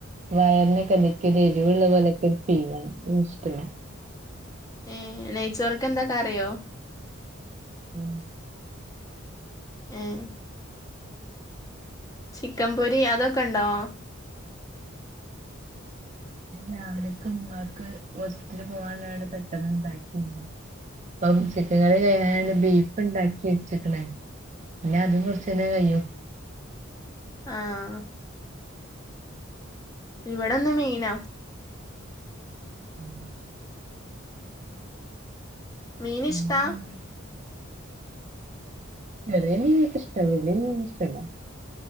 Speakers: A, on the right; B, on the left.
A: വയറിന കലക്ക് എരിവുള്ള പോലെക്കെ ഫീലാണ്അതിഷ്ടല്ല
B: ഏ നെയ്ചോറിക്കെന്താ കറിയോ
A: ഉം
B: ഏഹ് ചിക്കൻ പൊരി അതൊക്കെ ഉണ്ടോ
A: രാവിലക്ക് ഉമ്മാക്ക് ഹോസ്പിറ്റലില് പോകാനിവിടെ പെട്ടെന്ന്ണ്ടാക്കും ഇപ്പം ചിക്കക്കറി കഴാന ബീ പ്പ ഇണ്ടാക്കി വെച്ചക്കണ് പിന്നെ അത് കുറചൈനാ കയ്യും
B: ആഹ് ഇവിടെ ന്ന് മീനാ
A: ഉം
B: മീനിഷ്ടാ
A: എന്താ ചെയ്യാ ചെറിയെ മീനോക്കെഷ്ടാ വല്ല്യേ മീനിഷ്ടല്ല